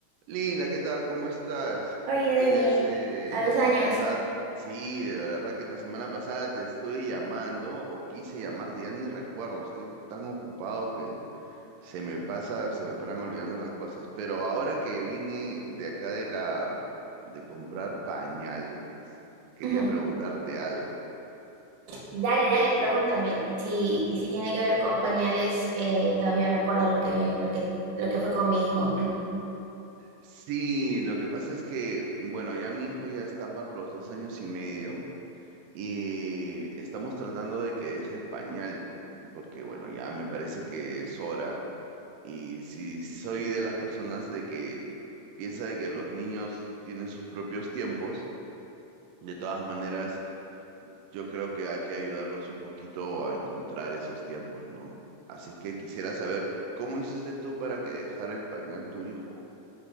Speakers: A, on the right; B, on the right.
A: Linda, ¿qué tal? ¿Cómo estás?
B: Oye, Denis,
A: Oye, hace
B: a los
A: la semana
B: años,
A: pasada, sí, de verdad que la semana pasada te estuve llamando o quise llamarte, ya ni recuerdo, estoy tan ocupado que se me pasa, se me paran olvidando las cosas. Pero ahora que vine de acá de la de comprar pañales, quería
B: Ujú.
A: preguntarte algo.
B: dale, dale, pregúntame si, si tiene que ver con pañales, eh, todavía me acuerdo lo que, lo que, lo que fue con mi hijo. Ujú.
A: Sí, lo que pasa es que, bueno, ya mi hijo ya está para los dos años y medio Y estamos tratando de que deje el pañal, porque bueno, ya me parece que es hora. Y si soy de las personas de que piensa de que los niños tienen sus propios tiempos, de todas maneras, yo creo que hay que ayudarlos un poquito a encontrar esos tiempos, ¿no? Así es que quisiera saber, ¿cómo hiciste tú para que dejara el pañal tu hijo?